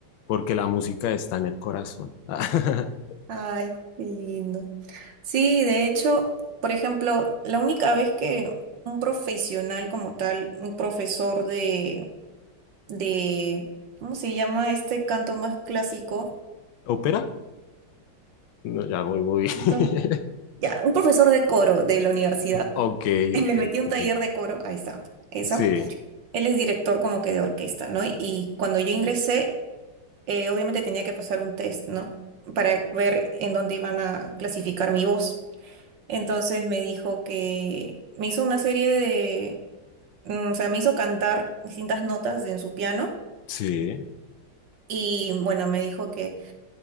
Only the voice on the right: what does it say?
Ay, qué lindo. Sí, de hecho, por ejemplo, la única vez que un profesional como tal, un profesor de, de, ¿cómo se llama este canto más clásico?
Un profe-
Ya, un profesor de coro de la universidad
<laughs>
Me metí a un
taller de coro, ahí está, eso.
Él es director como que de orquesta, ¿no? Y cuando yo ingresé, eh, obviamente tenía que pasar un test, ¿no? Para ver en dónde iban a clasificar mi voz. Entonces me dijo que me hizo una serie de, mm, o sea, me hizo cantar distintas notas en su piano.
Y bueno, me dijo que